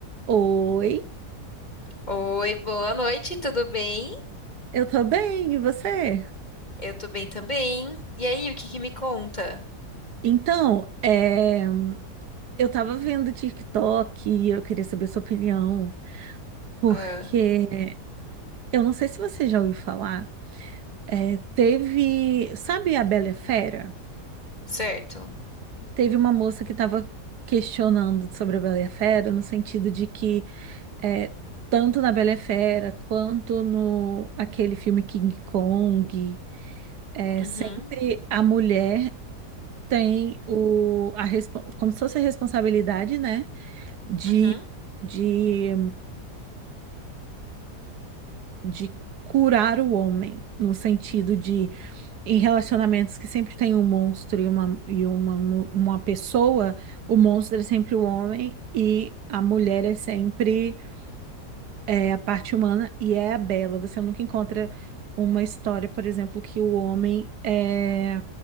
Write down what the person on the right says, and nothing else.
Oi,
eu tô bem, e você?
Então, é, eu tava vendo o TikTok e eu queria saber sua opinião, porque
eu não sei se você já ouviu falar, é, teve, sabe a Bela e a Fera?
Teve uma moça que tava questionando sobre a Bela e a Fera, no sentido de que é, tanto na Bela e a Fera quanto no aquele filme King Kong, é,
sempre a mulher tem o, a, respo- como se fosse a responsabilidade, né, de,
de, de curar o homem, no sentido de, em relacionamentos que sempre tem um monstro e uma, e uma, mu- uma pessoa, o monstro é sempre o homem e a mulher é sempre é, a parte humana e é a bela. Você nunca encontra uma história, por exemplo, que o homem é.